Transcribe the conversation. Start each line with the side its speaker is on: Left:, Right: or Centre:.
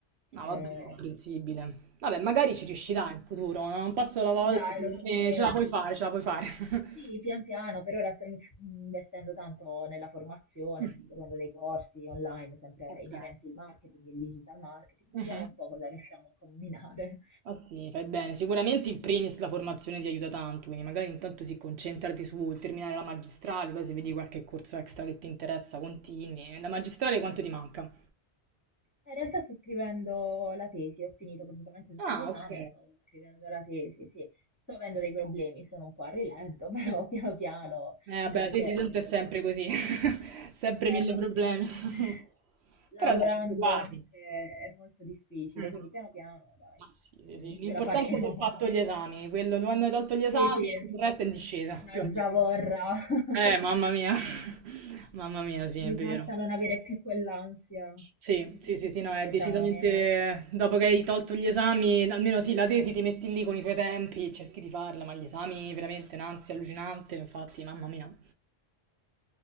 Right: No,
Left: Eh,
Right: vabbè, è comprensibile. Vabbè, magari ci riuscirà in futuro, no? un passo alla volta,
Left: dai,
Right: secondo
Left: lo spero.
Right: me ce la puoi fare, ce la puoi fare. <laughs>
Left: Sì, pian piano, per ora sto in- investendo tanto nella formazione,
Right: Mm.
Left: sto seguendo dei corsi online sempre
Right: Ok.
Left: inerenti al marketing, il digital marketing,
Right: Mhm.
Left: vediamo un po' cosa riusciamo a combinare.
Right: Ah sì, fai bene. Sicuramente in primis la formazione ti aiuta tanto, quindi magari intanto si concentrati su terminare la magistrale, poi se vedi qualche corso extra che ti interessa, continui. E La magistrale quanto ti manca?
Left: In realtà sto scrivendo la tesi, ho finito praticamente tutti
Right: Ah,
Left: gli esami,
Right: ok.
Left: sto scrivendo la tesi, sì. Sto avendo dei problemi, sono un po' a rilento, <laughs> però
Right: Mm.
Left: piano piano,
Right: Eh,
Left: anche
Right: vabbè,
Left: perché,
Right: la tesi tanto
Left: come ti
Right: è sempre
Left: dicevo,
Right: così, <laughs> sempre mille
Left: ecco,
Right: problemi. <laughs>
Left: <laughs> lavorando
Right: Però dai, ci sei quasi.
Left: anche è molto difficile,
Right: Mm.
Left: quindi piano piano, dai,
Right: Ma sì, sì,
Left: mm,
Right: sì. L'importante
Left: ce la faremo.
Right: è aver fatto
Left: <laughs>
Right: gli esami, quello quando hai tolto gli
Left: Sì,
Right: esami,
Left: sì,
Right: il resto è in discesa,
Left: una
Right: più o meno.
Left: zavorra. <laughs>
Right: Eh, mamma mia, <laughs> mamma mia, sì, è
Left: Mi
Right: vero.
Left: basta non avere più quell'ansia
Right: Sì,
Left: <laughs> dell'esame.
Right: sì, sì, sì, no, è decisamente dopo che hai tolto gli esami, almeno sì, la tesi ti metti lì con i tuoi tempi, cerchi di farla, ma gli esami veramente un'ansia allucinante, infatti, mamma mia.